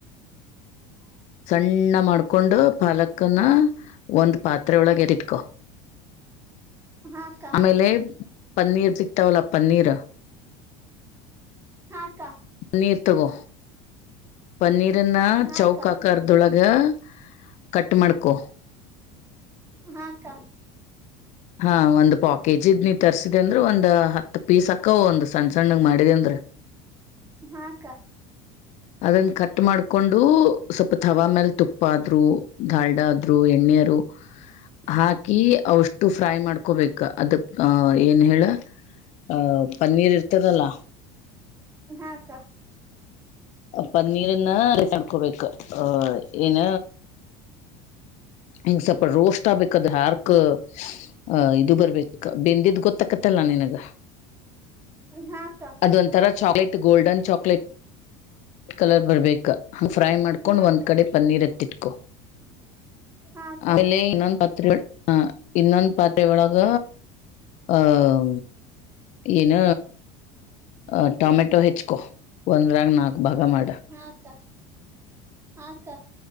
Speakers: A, on the right; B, on the left.
A: <inaudible>
B: ಸಣ್ಣ ಮಾಡ್ಕೊಂಡು ಪಾಲಕನ ಒಂದ್ ಪಾತ್ರೆ ಒಳಗ ಎತ್ತಿಟ್ಕೊ
A: ಹಾಕ್ಕ
B: ಆಮೇಲೆ ಪನ್ನೀರ್ ಸಿಕ್ತಾವಲ್ಲ ಪನ್ನೀರ್
A: ಹ ಹಕ್ಕ
B: ಪನ್ನೀರ್ ತಗೋ ಪನ್ನೀರನ್ನ
A: ಹಾಕ್ಕ
B: ಚೌಕ ಹಾಕ್ ಕರ್ದೊಳಗೆ ಕಟ್ ಮಾಡ್ಕೊ
A: ಹಾಕ್ಕ
B: ಹಾ ಒಂದ್ ಪಾಕೇಜ ಇದ್ ನೀ ತರ್ಸಿದೆ ಅಂದ್ರ ಒಂದ್ ಹತ್ ಪೀಸ್ ಅಕ್ಕ ಒಂದ್ ಸಣ್ಣ ಸಣ್ಣ ಮಾಡಿದೆ ಅಂದ್ರ
A: ಹಾಕ್ಕ
B: ಅದನ್ನ ಕಟ್ ಮಾಡ್ಕೊಂಡು ಸ್ವಲ್ಪ ತವಾ ಮೇಲ್ ತುಪ್ಪ ಆದ್ರು ದಧಾಲ್ಡ ಆದ್ರು ಎಣ್ಣೆಯರು
A: ಹ್ಮ
B: ಹಾಕಿ ಅವಷ್ಟು ಫ್ರೈ ಮಾಡ್ಕೊಬೇಕ ಅದ ಅ ಏನ್ ಹೇಳ ಅ ಪನ್ನೀರ್ ಇರ್ತದಲ್ಲ
A: ಹಾಕ್ಕಾ
B: ಪನ್ನೀರನ್ನ ಮಾಡಡ್ಕೋಬೇಕು ಆಹ ಏನ ಇಂಗಸಪ ರೋಸ್ಟ್ ಆಬಕಧಾರಕ ಆ ಇದು ಬರ್ಬೇಕ ಬೆಂದಿದ್ ಗೊತ್ತಕತ್ತಲ್ಲ ನಿನಗ
A: ಹಾಸ
B: ಅದೊಂಂತರಾ ಚಾಕ್ಲೇಟ್ ಗೋಲ್ಡನ್ ಚಾಕ್ಲೇಟ್ ಕಲರ್ ಬರ್ಬೇಕ ಹ ಫ್ರೈ ಮಾಡ್ಕೊಂಡ್
A: ಹಾಕ್ಕ
B: ಒಂದ್ ಕಡೆ ಪನ್ನೀರ್ ಹತ್ತಿಟ್ಕೊ
A: ಹಾಕ್ಕ ಹಾಕ್ಕ
B: ಆೇಲೆ ಇನ್ನೊಂದು ಪಾತ್ರೆ ಇನ್ನೊಂದು ಪಾತ್ೆಯೊಳಗ ಆಹ ಏನ ಅ ಟೊಮೆಟೊ ಹೆಚ್ಕೊ ಒಂದ್ರಾಗ ನಾಕ್ ಭಾಗ ಮಾಡ
A: ಹಾಕ್ಕ ಹಕ್ಕ